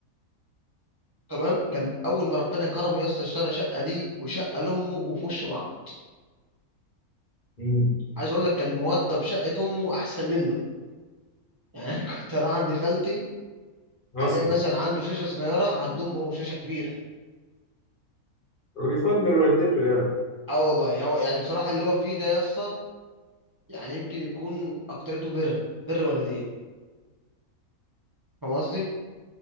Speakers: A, on the right; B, on the left.
A: تمام كان اول ما ربنا كرمه يا اسطى اشترى شقه ليه وشقه لامه وفي وش بعض
B: مم.
A: عايز اقول لك كان موضب شقه امه احسن منه يعني أنا <laughs> كنت اروح عند خالتي
B: اصلا
A: الاقي مثلا عنده شاشه صغيره عندهم هو شاشه كبيره
B: ويفضل والدته يعني
A: اه والله هو يعني بصراحه اللي هو فيه ده يسطا يعني يمكن يكون اكترته بر بر والديه فاهم قصدي